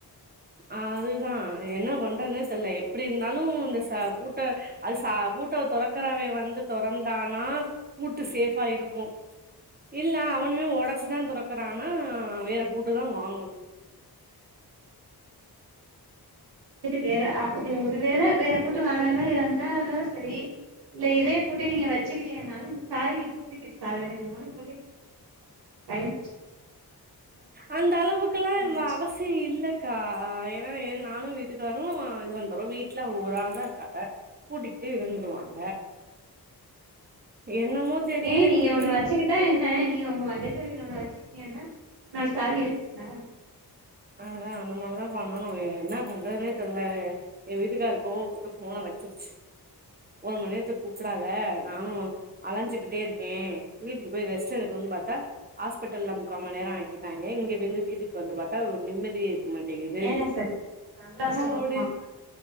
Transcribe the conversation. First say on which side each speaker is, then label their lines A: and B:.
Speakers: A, on the right; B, on the right.
A: அதுதா என்ன பண்றதுன்னே தெர்ல எப்டி இருந்தாலு இந்த சா பூட் ட அது ச பூட்ட தொறக்குறவே வந்து தொறந்தானா பூட்டு சேஃபா இருக்கு இல்ல அவனுமே ஒடச்சிதா தொறக்குறான்னா வேற பூட்டு தா வாங்கணு
B: செரி வேற அப்டி ஒரு வேள வேற பூட்டு வாங்குற மாரி வந்தாலு செரி இல்ல இதே பூட்ட நீங்க வச்சுக்கிட்டீங்கனாலு இந்த சாவிக்கு டூப்ளிகேட் சாவி வேணு டைம் ஆச்சு
A: அந்த அளவுக்கு எல்லா இப்ப
B: வச்சுக்கோங்க
A: அவசி யோ இல்லக்கா ஏன்னா நானு வீட்டுக்காரு இது வண்ணுறோ வீட்ல அவுங்க ஒரு ஆள் தா இருக்காங்க பூட்டிக்கிட்டு இருந்துருவாங்க என்னமோ தெரியல
B: ஏ நீங்க
A: இன்னைக்குன்னு
B: ஒன்னு வச்சிக்கிட் டா என்ன நீங்க ஒங்க வண்டி சாவில ஒன்னு வச்சிக்கிட்டிங்கன்னா இன்னொரு சாவி இருக்கும்ல
A: அததா அந்த மாரிதா பண்ணணு வேற என்ன பண்ணுறதுன்னே தெரில எ வீட்டுக்கார் கோவப்பட்டு போன வச்சுருச்சு ஒரு மண் நேரத்துக் கூப்புடாத நானு அலஞ்சுக்கிட்டே இருக்கே வீட்டுக்கு போய் ரெஸ்ட் எடுக்கனு பாத்தா ஹாஸ்பெட்டல்ல முக்கா மண் நேரொ ஆக்கிட்டாங்கெ இங்க வெந்து வீட்டுக்கு வந்து பாத்தா ஒரு நிம்மதியே க்க மாட்டெங்குது
B: ஏனா சரி சந்திராஷ்டமமா
A: ஆ அவ்டி